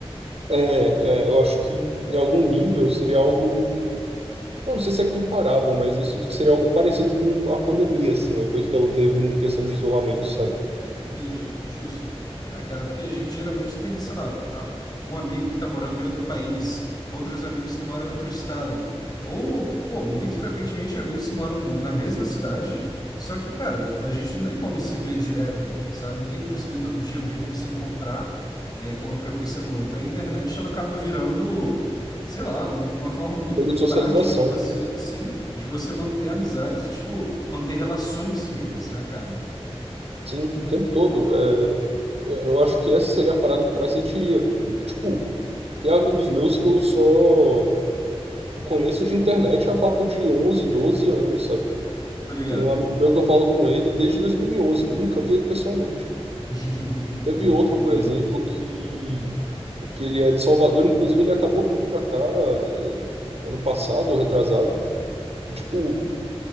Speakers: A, on the right (about 75°); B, on the left (about 40°).
A: É, é, eu acho que em algum nível seria algo. Eu não sei se é comparável, mas eu sinto que seria algo parecido com a pandemia, assim, o efeito que ela teve em questão de isolamento, sabe?
B: Entendi, justo. É, cara, porque a gente geralmente tem, sei lá, a- um amigo que tá morando em outro país, outros amigos que moram em outro estado, ou, pô, muito frequentemente amigos que moram na mesma cidade, só que, cara, a gente não tem como se ver direto, sabe? Não tem como se ver todo dia, não tem como se encontrar, é, com uma frequência boa. Então a internet, ela acaba virando, sei lá, uma forma muito
A: Meio de socialização,
B: prática de você, sim, de você manter amizades e, tipo, manter relações vivas, né, cara?
A: sim, o tempo todo. É, eu acho que essa seria a parada que eu mais sentiria. Tipo, tem amigos meus que eu só conheço de internet há papo de 11 12 anos, sabe?
B: Tá ligado?
A: Tem um amigo meu que eu falo com ele desde 2011. Eu nunca vi ele pessoalmente.
B: <laughs>
A: Teve outro,
B: Entendo.
A: por exemplo, que, que ele é de Salvador. Inclusive, ele acabou vindo para cá eh, ano passado ou retrasado. E, tipo,